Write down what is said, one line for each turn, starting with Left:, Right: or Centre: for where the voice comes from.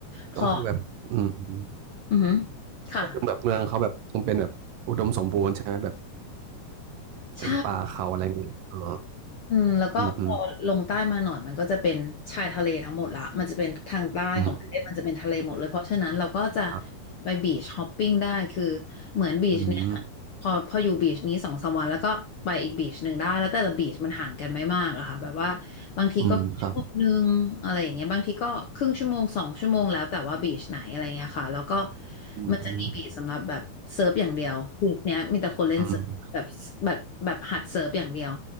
Left: พอ
Right: ก็คือแบบอืมอืม
Left: อือหือค่ะ
Right: ก็คือแบบเมืองเขาแบบยังเป็นแบบอุดมสมบูรณ์ใช่ไหมแบบ
Left: ใช่
Right: เป็นป่าเขาอะไรอย่างเงี้ยอ๋อ
Left: อืมแล้วก็พอลงใต้มาหน่อยมันก็จะเป็นชายทะเลทั้งหมดละมันจะเป็นทางใต้ของประเทศมันจะเป็นทะเลหมดเลยเพราะฉะนั้นเราก็จะ
Right: อืมอืมอืมครับ
Left: ไปบีชฮอปปิ้งได้คือเหมือนบีชเนี่ย
Right: อืม
Left: พอพออยู่บีชนี้สองสามวันแล้วก็ไปอีกบีชหนึ่งได้แล้วแต่ละบีชมันห่างกันไม่มากอะค่ะแบบว่าบางทีก็ชั่วโมงหนึ่งอะไรอย่างเงี้ยบางทีก็ครึ่งชั่วโมงสองชั่วโมงแล้วแต่ว่าบีชไหนอะไรเงี้ยค่ะแล้วก็
Right: อืมครับอืมอืม
Left: มันจะมีบีชสำหรับแบบเซิร์ฟอย่างเดียวบีชเนี้ยมีแต่คนเล่นเซิร์ฟแบบแบบแบบหัดเซิร์ฟอย่างเดียว
Right: อืม